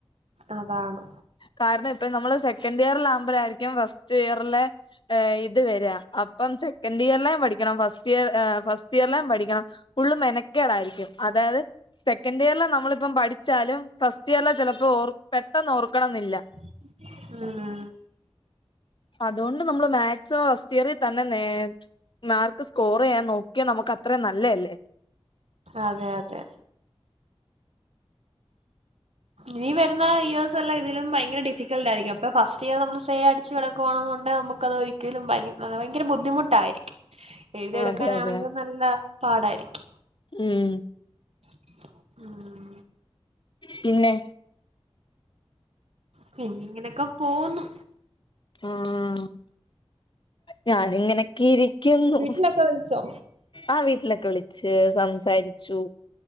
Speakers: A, on the right; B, on the left.
A: അതാണ്
B: കാരണം ഇപ്പ നമ്മള് സെക്കൻ് ഇയറൽ ആകുമ്പോഴായിരിക്കും ഫസ്റ്റ് ഇയറിലെ ഇത് വരാ അപ്പം സെക്കൻഡ് ഇയർലും പഠിക്കണം ഫസ്റ്റ് ഇയർ ഫസ്റ്റ് ഇയർലും പഠിക്കണം ഫുള്ള് മെനക്കേടായിയിരിക്കും അതായത് സെക്കൻഡ് ഇയറൽ നമ്മളിപ്പം പഠി വച്ചാലും ഫസ്റ്റ് ഇയർലെ ചിലപ്പോ ഓർ പെട്ടെന്ന് ഓർക്കണംന്നില്ല
A: ഉം
B: അതുകൊണ്ട് നമ്മള് മാക്സിമം ഫസ്റ്റ് ഇയറിൽ തന്നെ നേ മാർക്ക് സ്കോർ ചെയ്യാൻ നോക്കിയാ നമുക്ക് അത്രയും നല്ലതല്ലേ
A: അതെ അതെ ഇനി വരുന്ന ഇയേഴ്സ് എല്ലാം ഇതിലും ഭയങ്കര ഡിഫിക്കൾട്ടായിരിക്കുംപ്പൊ ഫസ്റ്റ് ഇയർ നമ്മള് സേ അടിച് കിടക്കുവാണെന്നുണ്ടേ നമുക്ക് നമുക്ക് അത് ഒരിക്കലും വ ഭയങ്കര ബുദ്ധിമുട്ടായിരിക്കും എഴുതിയെടുക്കാനാണെങ്കിലും
B: ആഹ് അതെ അതെ
A: നല്ല പാടായിരിക്കും
B: ഉം
A: ഉം
B: പിന്നെ
A: പിന്നെ ഇങ്ങനെയൊക്കെ പോന്നു
B: ആഹ് ഞാൻ ഇങ്ങനൊക്കെ ഇരിക്കുന്നു
A: വീട്ടിലൊക്കെ വിളിച്ചോ
B: ആഹ് വീട്ടിലൊക്കെ വിളിച് സംസാരിച്ചു